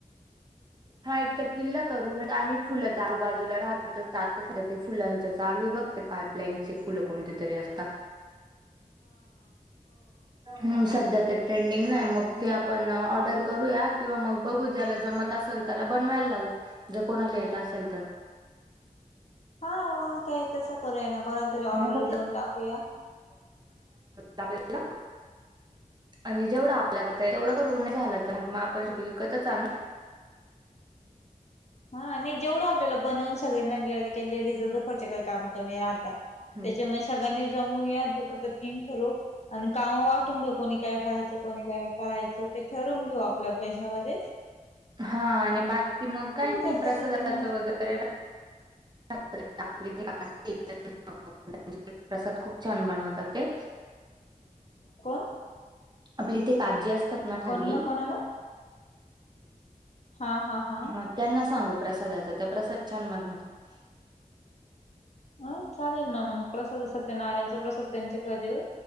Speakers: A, on the right; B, on the left.
A: हा एक तर किल्ला करू नाहीत आणि फुलं तर आजूबाजूला राहतातच. आताचं ते फुलांच चालू आहे बघ, ते पाईपलाईनचे फुलं कोणते तरी असता.
B: ह
A: हम्म.. सध्या ते ट्रेंडिंग ला आहे, मग
B: हा
A: ते आपण. ऑर्डर करूया किंवा मग, बघू ज्याला जमत असेल त्याला, बनवायला लावू जर कोणाला येत असेल तर.
B: हा काही तसं करूया, ना कोणालातरी ऑर्डर
A: मग फक्त
B: देऊन टाकूया.
A: <inaudible> आपल्याला आणि जेवढं आपल्या <unintelligible> तेवढं करुन झालं तर मग आपण शेवटी विकतच आणू.
B: हा नाही जेवढं आपल्याला बनवून, सगळ्यांना लि लेडीज दुपारच्या काही काम कमी राहता.
A: हम्म.
B: त्याच्यामुळेस सगळ्यांनी जमू या दुपारच थीम ठरू. आणि काम वाटून घेऊ कोणी, काय पाहायचं कोणी काय. पाहायचं ते ठरवून घेऊ, आपल्या पैसा मध्येच.
A: हा आणि बाकी मग काय?
B: त्या
A: नाही प्रसादाचं
B: पद्धतीने
A: वगैरे <unintelligible> आपली ते <unintelligible> प्रसाद खूप छान बनवतात ते.
B: कोण?
A: आपली इथे, आजी असतात ना खाली.
B: कोणाला कोणाला हा हा. हा
A: हां त्यांना सांगू प्रसादाचं, त्या प्रसाद छान बनवतात.
B: हां चालेल ना मग, प्रसाद सत्यनारायणचा प्रसाद त्यांचेकडे देऊ.